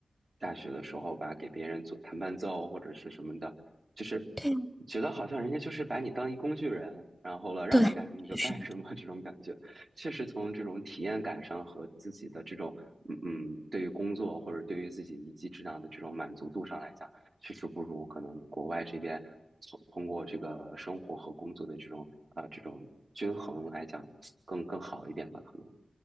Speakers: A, on the right; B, in the centre.
A: 大学的时候吧，给别人做弹伴奏或者是什么的，就是
B: 对
A: 觉得好像人家就是把你当一工具人，然后了让你干什么你就干什么
B: 对，确实。
A: <laughs> 这种感觉。确实，从这种体验感上和自己的这种，嗯嗯，对于工作或者对于自己一技之长的这种满足度上来讲。确实不如可能国外这边从通过这个生活和工作的这种啊、这种均衡来讲更更好一点吧，可能